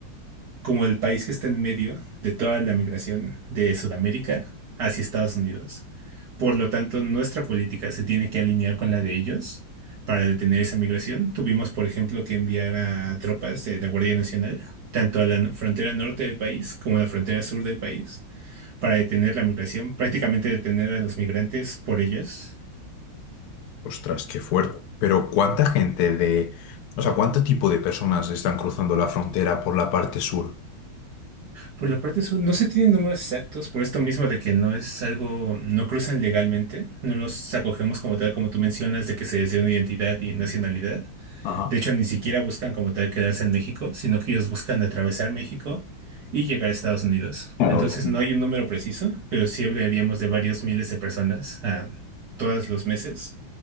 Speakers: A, on the right; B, on the left.
A: como el país que está en medio de toda la migración de Sudamérica hacia Estados Unidos. Por lo tanto, nuestra política se tiene que alinear con la de ellos para detener esa migración. Tuvimos, por ejemplo, que enviar a tropas de la Guardia Nacional, tanto a la n- frontera norte del país como a la frontera sur del país, para detener la migración, prácticamente detener a los migrantes por ellos.
B: Ostras, qué fuerte. Pero ¿cuánta gente de, o sea, cuánto tipo de personas están cruzando la frontera por la parte sur?
A: Por la parte sur, no se tienen números exactos por esto mismo de que no es algo, no cruzan legalmente, no los acogemos como tal, como tú mencionas, de que se les dio una identidad y nacionalidad.
B: Ajá.
A: De hecho, ni siquiera buscan como tal quedarse en México, sino que ellos buscan atravesar México y llegar a Estados Unidos.
B: Claro,
A: Entonces,
B: obviamente.
A: no hay un número preciso, pero sí hablaríamos de varios miles de personas ah, todos los meses